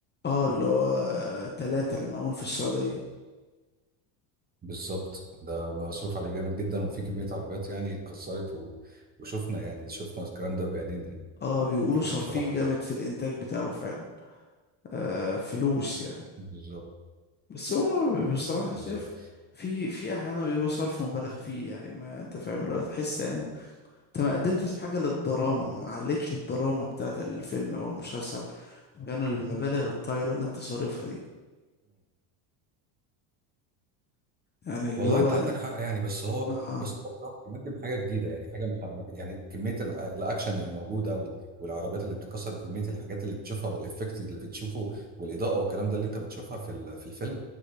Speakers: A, on the left; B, on the right.
A: اه اللي هو تلاتة اللي معمول في السعودية
B: بالظبط ده مصروف عليه جامد جدا وفي كمية عربيات يعني اتكسرت و... وشفنا يعني شفنا الكلام ده بعينينا يعني
A: اه بيقولوا صارفين
B: بصراحة
A: جامد في الانتاج بتاعه فعلا آه فلوس يعني
B: بالظبط
A: بس هو بصراحة أنا
B: بالظبط
A: شايف في في احيانا بيبقى صرف مبالغ فيه يعني ما انت فاهم اللي هو تحس يعني انت ما قدمتش حاجة للدراما ما علتش الدراما بتاعت الفيلم او المسلسل كانوا المبالغ الطايلة اللي انت صارفها دي يعني اللي
B: والله
A: هو
B: انت عندك حق يعني بس هو
A: اه
B: بس هو بصراحة بيقدم حاجه جديده يعني حاجه مح- يعني كميه الع- الاكشن اللي موجوده وال- والعربيات اللي بتكسر وكميه الحاجات اللي بتشوفها والافكت اللي بتشوفه والاضاءه والكلام ده اللي انت بتشوفها في ال- في الفيلم